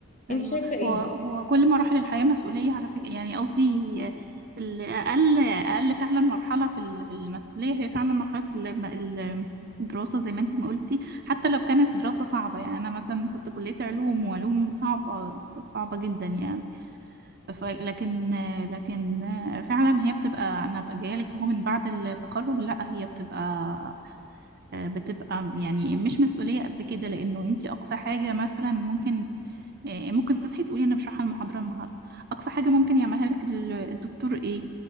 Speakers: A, on the left (about 35°); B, on the right (about 45°).
A: انت
B: ايوه
A: شايفة ايه؟
B: هو هو كل مراحل الحياه مسؤوليه على فكره يعني قصدي الاقل اقل فعلا مرحله في ال- في المسؤوليه هي فعلا مرحله ال- ال- الدراسه زي ما انتي ما قلتي حتى لو كانت دراسه صعبه يعني انا مثلا كنت كليه علوم وعلوم صعبه صعبه جدا يعني ف لكن لكن فعلا هي بتبقى انا بقى جايه لك اهو من بعد التخرج لا هي بتبقى بتبقى يعني مش مسؤولية قد كده لأنه أنت أقصى حاجة مثلا ممكن آه، ممكن تصحي تقولي انا مش رايحه المحاضره النهارده اقصى حاجه ممكن يعملها لك ال- الدكتور ايه